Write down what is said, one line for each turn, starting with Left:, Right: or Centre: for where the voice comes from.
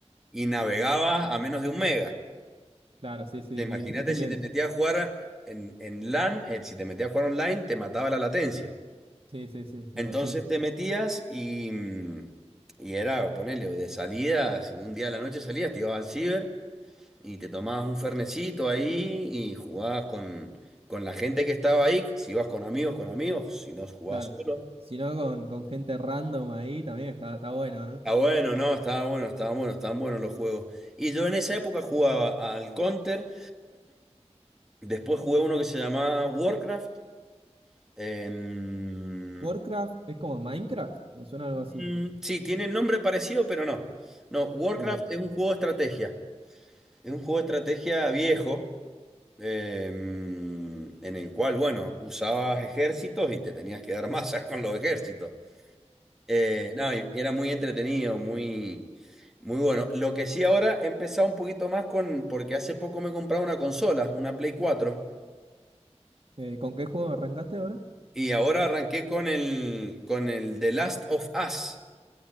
Centre: y navegabas a menos de un mega.
Right: claro, sí, sí,
Centre: Imagínate
Right: muy, muy lento.
Centre: si te metías a jugar en, en LAN, eh, si te metías a jugar online, te mataba la latencia.
Right: Sí, sí, sí, me
Centre: Entonces
Right: imagino.
Centre: te metías y, mm, y era, ponele, de salida, si un día de la noche salías, te ibas al ciber y te tomabas un fernecito ahí y jugabas con, con la gente que estaba ahí, si ibas con amigos, con amigos, si no jugabas
Right: Claro.
Centre: solo.
Right: Si no, con, con gente random ahí también está, está bueno, ¿eh?
Centre: Está bueno, no, estaba bueno, estaban buenos, estaban buenos los juegos. Y yo en esa época jugaba al Counter, después jugué uno que se llamaba Warcraft. em,
Right: Warcraft es como Minecraft, me suena algo
Centre: Mm,
Right: así.
Centre: sí, tiene nombre parecido, pero no. No, Warcraft
Right: Ahí va.
Centre: es un juego de estrategia. Es un juego de estrategia viejo, eh, en el cual, bueno, usabas ejércitos y te tenías que dar masas con los ejércitos. Eh, no, y era muy entretenido, muy, muy bueno. Lo que sí ahora he empezado un poquito más con, porque hace poco me he comprado una consola, una Play 4,
Right: Eh, ¿con qué juego arrancaste ahora?
Centre: y ahora arranqué con el, con el The Last of Us,